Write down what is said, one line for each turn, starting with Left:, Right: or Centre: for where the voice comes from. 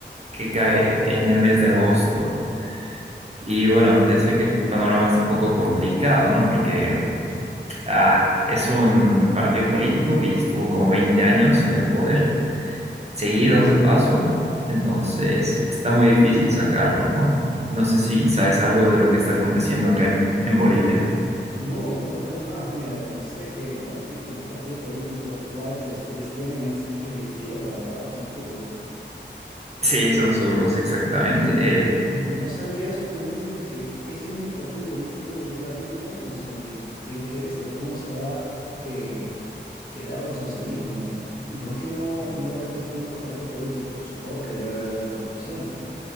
Right: que cae en el mes de agosto. Y bueno, te decía que el panorama está un poco complicado, ¿no? Porque ah, es un partido político que ya estuvo como 20 años en el poder seguidos de paso, entonces está muy difícil sacarlo, ¿no? No sé si sabes algo de lo que está aconteciendo acá en, en Bolivia.
Left: No, cuéntame más. Mira, lo que sé es que el, politi- el partido político actual que ustedes tienen es, es de izquierda, ¿verdad? Son zurdos.
Right: Sí, son zurdos, exactamente.
Left: Y,
Right: Eh,
Left: y no sabía eso que me dices de que ese mismo partido político ya lleva 20 años ahí. Qué, qué bestia, cómo se ha eh, quedado el socialismo. ¿Y por qué no, no reeligen otro partido político? Supongo que debe haber algo de corrupción.